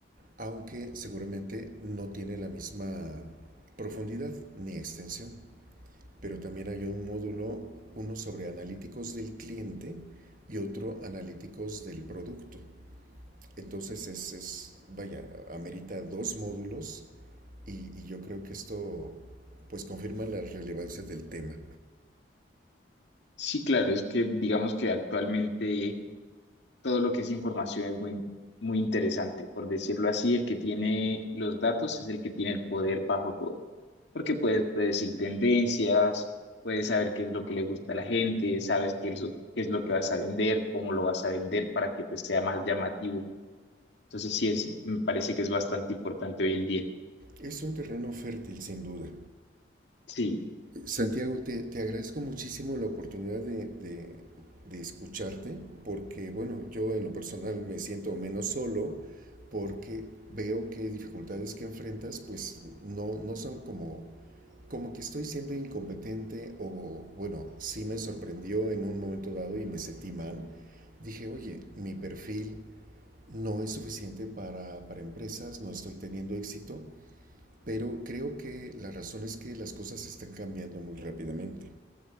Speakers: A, on the right (about 45°); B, on the left (about 70°).
A: aunque seguramente no tiene la misma profundidad ni extensión. pero también hay un módulo, uno sobre analíticos del cliente y otro analíticos del producto. Entonces es, es vaya, amerita dos módulos y, y yo creo que esto pues confirma la relevancia del tema.
B: Sí, claro, es que digamos que actualmente todo lo que es información es muy, muy interesante. Por decirlo así, el que tiene los datos es el que tiene el poder bajo todo, porque puedes predecir tendencias, puedes saber qué es lo que le gusta a la gente, sabes qué es lo, qué es lo que vas a vender, cómo lo vas a vender para que pues, sea más llamativo. Entonces sí, es, me parece que es bastante importante hoy en día.
A: Es un terreno fértil sin duda.
B: Sí,
A: Santiago, te, te agradezco muchísimo la oportunidad de, de, de, escucharte, porque bueno, yo en lo personal me siento menos solo, porque veo que dificultades que enfrentas pues no, no son como, como que estoy siendo incompetente o bueno, sí me sorprendió en un momento dado y me sentí mal. Dije, oye, mi perfil no es suficiente para, para empresas, no estoy teniendo éxito, pero creo que la razón es que las cosas están cambiando muy rápidamente.